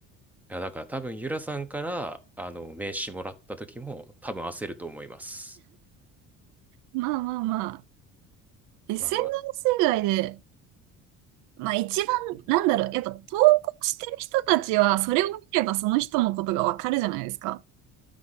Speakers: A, in the centre; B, on the right (about 80°).
A: う。いや、だから多分、ゆらさんから、あの、名刺もらった時も、多分焦ると思います。
B: まあまあまあ、SNS
A: まあまあ。
B: 以外で、まあ一番、なんだろう、やっぱ投稿してる人たちは、それを見ればその人のことがわかるじゃないですか。